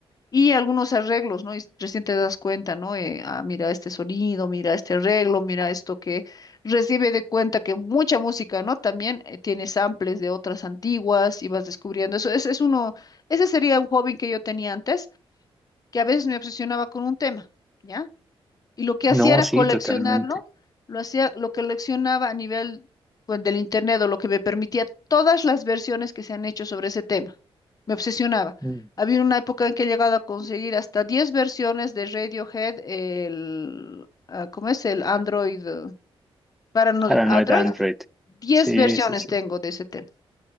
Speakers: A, on the left (about 40°); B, in the centre.
A: y algunos arreglos, ¿no? Y recién te das cuenta, ¿no? Eh, ah, mira este sonido, mira este arreglo, mira esto que recibe de cuenta que mucha música, ¿no? También eh, tiene samples de otras antiguas y vas descubriendo eso. Ese es uno, ese sería un hobby que yo tenía antes, que a veces me obsesionaba con un tema. ¿ya? Y lo que hacía
B: No,
A: era
B: sí,
A: coleccionarlo,
B: totalmente.
A: lo hacía, lo coleccionaba a nivel pues, del internet o lo que me permitía todas las versiones que se han hecho sobre ese tema. Me obsesionaba.
B: Mm.
A: Había una época en que he llegado a conseguir hasta 10 versiones de Radiohead, el, ah, ¿cómo es? El Android, eh, para no-
B: Paranoid
A: Android,
B: Android.
A: Diez
B: Sí,
A: versiones
B: sí, sí.
A: tengo de ese tema.